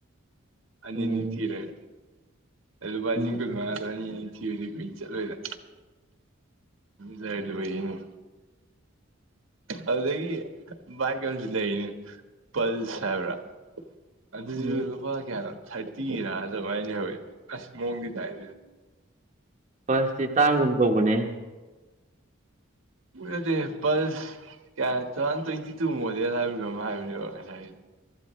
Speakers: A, on the right; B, on the right.
A: ꯑꯅꯤꯅꯤ
B: ꯎꯝ
A: ꯊꯔꯦꯦ ꯑꯜꯂꯨꯄꯥꯁꯤꯤꯡ
B: ꯎꯝ
A: ꯀꯨꯗꯉꯗ ꯑꯅꯤ ꯑ ꯊꯤꯨꯖꯤꯛ ꯀꯨꯏꯅ ꯆꯠꯂꯣꯏꯗ ꯖꯥꯏꯕꯏꯅꯦ
B: <unintelligible>
A: ꯑꯗꯨꯗꯒꯤ ꯕꯥꯏꯛ ꯑꯃꯁꯨ ꯂꯩꯔꯤꯅꯤ ꯄꯜꯁ ꯍꯥꯏꯕ꯭ꯔꯥ ꯑꯗꯨꯗꯤ
B: ꯎꯝ
A: ꯕ ꯀꯦꯔꯣ ꯊꯥꯔꯇꯤꯔ ꯑꯗꯨꯃꯥꯏꯅ ꯍꯧꯋꯦ ꯑꯁ ꯃꯑꯣꯣꯡꯒꯤ ꯇꯥꯏ
B: ꯐꯁꯇꯤ ꯇꯥꯡꯒꯨꯝ ꯇꯧꯕꯅꯦ
A: ꯎꯗꯤꯁ ꯀꯌꯥ ꯇ꯭ꯋꯦꯟꯇꯤ ꯇꯨ ꯃꯣꯗꯦꯜ ꯍꯥꯏꯕꯅꯣ ꯍꯥꯏꯕꯅꯦꯕ ꯉꯁꯥꯏ